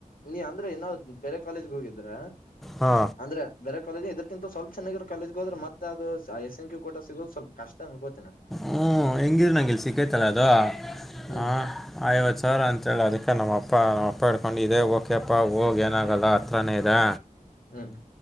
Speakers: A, on the left; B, in the centre.
A: ನೀ ಅಂದ್ರೆ ಇನ್ನಾವ್ ಬೇರೆ ಕಾಲೇಜ್ ಹೋಗಿದ್ರ
B: ಹಾ
A: ಅಂದ್ರೆ ಬರೆ ಕಾಲೇ ಇದಕ್ಕಿ ಸ್ಲ್ ಚೆನ್ನಾಗಿರ ಕಾಲೇಜಗೋದ್ರ ಮತ್ತೆ ಅ ಎಸ್ ಎನ್ ಕೂಟ ಸಿಗೋದು ಸ್ವಲ್ ಕಷ್ಟ ಅನ್ಕೋತಿನನೆ
B: ಹ್ಮ್ ಹೆಂಗಿದ ನಂಗೆ ಇಲ್ಲಿ ಸಿಕೈತಲ್ಲ ಅದು ಅದು
A: ಹ್ಮ್
B: ಐವತ್ತು ಸಾವಿರ ಅಂತೇಳಿ ಅದಕ್ಕೆ ನಮ್ಮ ಅಪ್ಪ ಡ್ಕೊಂಡಿದ್ದ ಓಕೆಪ್ಪಾ ಹೋಗ ಏನಾಗಲ್ಲ ಹತ್ರಾನೇ ಇದೆ
A: ಹ್ಮ್